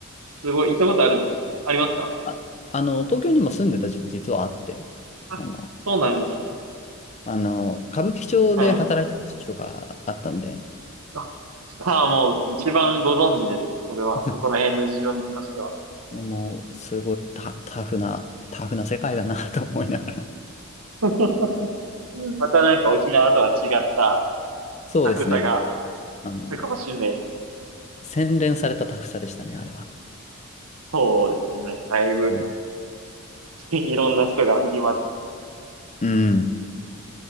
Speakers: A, on the right (about 85°); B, on the left (about 30°).
A: すごい、行ったことあるんです。ありますか
B: あ、あの、東京にも住んでた時期実はあって、
A: あ、
B: あの、
A: そうなんですね。
B: あの、歌舞伎町で働いてた時期とかあったんで、
A: はい。あああ、もう一番ご存知ですね。それは。
B: <laughs>
A: そこら辺の事情に関しては。
B: もうすごいタ、タフな、タフな世界だなと思いながら。
A: <laughs> またなんか沖縄とは違った
B: そうですね。
A: タフさがそうね
B: あの、
A: あるかもしれないですね。
B: 洗練されたタフさでしたね、あれは。
A: そうですね。なんかだいぶ
B: うん。
A: <laughs> いろんな人が入りまじっ
B: うん